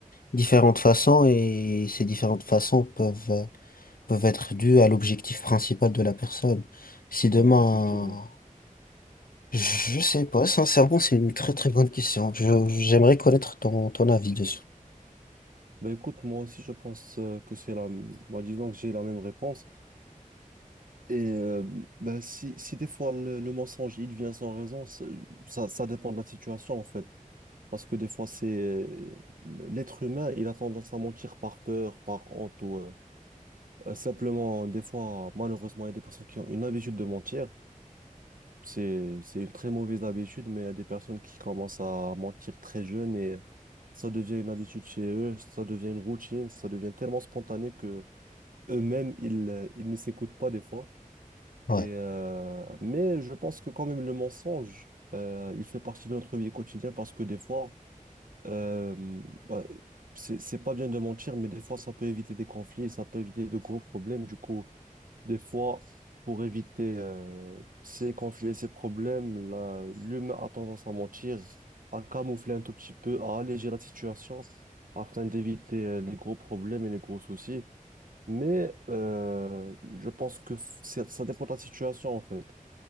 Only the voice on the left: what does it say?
différentes façons et ces différentes façons peuvent, euh, peuvent être dues à l'objectif principal de la personne. Si demain,
je sais pas, sincèrement, c'est une très très bonne question. Je, j'aimerais connaître ton, ton avis dessus.
Ouais.